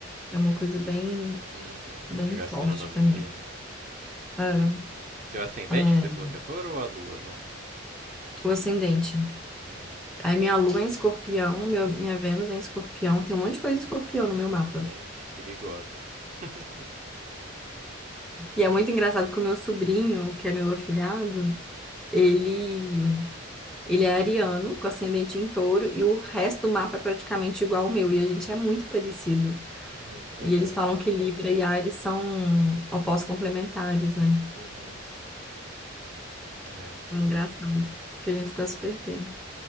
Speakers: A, in the centre; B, on the right.
A: É uma coisa bem,
B: Uhum.
A: bem
B: A gastronomia,
A: forte pra mim.
B: né?
A: Ah,
B: Seu ascendente
A: é
B: que você falou que é touro ou a lua? Não.
A: o ascendente.
B: Uhum.
A: Aí minha lua é em escorpião, meu- minha Vênus é em escorpião, tem um monte de coisa em escorpião no meu mapa.
B: Gente, perigosa. <laughs>
A: E é muito engraçado que o meu sobrinho, que é meu afilhado, Ele, ele é ariano, com ascendente em touro, e o resto do mapa é praticamente igual ao meu, e a gente é muito parecido.
B: Ai, que legal.
A: E eles falam que Libra e Ares são opostos complementares, né?
B: Uhum. É.
A: Engraçado, que a gente tá super bem.